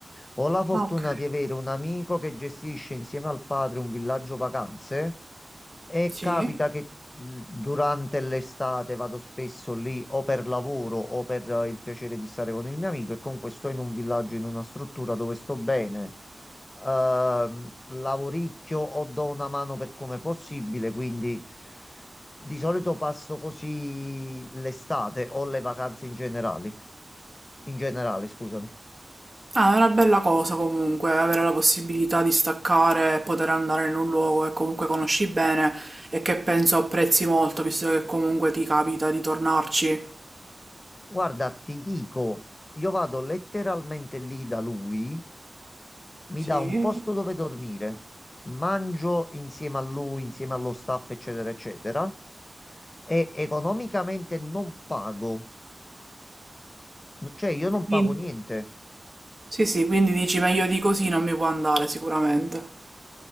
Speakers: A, on the left; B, on the right.
A: Ho la fortuna
B: Ah, ok.
A: di avere un amico che gestisce insieme al padre un villaggio vacanze E
B: Sì?
A: capita che l- durante l'estate vado spesso lì o per lavoro o per eh, il piacere di stare con il mio amico e comunque sto in un villaggio, in una struttura dove sto bene. Ehm, lavoricchio o do una mano per come possibile, quindi di solito passo così l'estate o le vacanze in generale, in generale, scusami.
B: Ah, è una bella cosa comunque avere la possibilità di staccare e poter andare in un luogo che comunque conosci bene e che penso apprezzi molto, visto che comunque ti capita di tornarci.
A: Guarda, ti dico, io vado letteralmente lì da lui. mi
B: Sì.
A: dà un posto dove dormire, mangio insieme a lui, insieme allo staff, eccetera, eccetera, e economicamente non pago, N- cioè io non
B: Quindi-
A: pago niente.
B: Sì, sì, quindi dici meglio di così non mi può andare sicuramente.